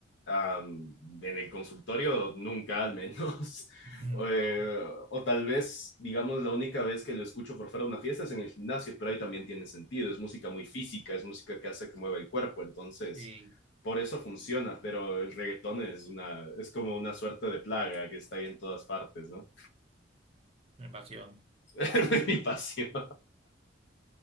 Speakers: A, on the left; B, on the right.
A: am, en el consultorio nunca, al menos. <laughs>
B: <laughs>
A: O, eh,
B: no,
A: o tal vez, digamos, la única vez que lo escucho por fuera de una fiesta es en el gimnasio, pero ahí también tiene sentido. Es música muy física, es música que hace que mueva el cuerpo. Entonces
B: sí,
A: por eso funciona, pero el reggaetón es una, es como una suerte de plaga que está ahí en todas partes, ¿no?
B: mi pasión.
A: <laughs> Mi pasión.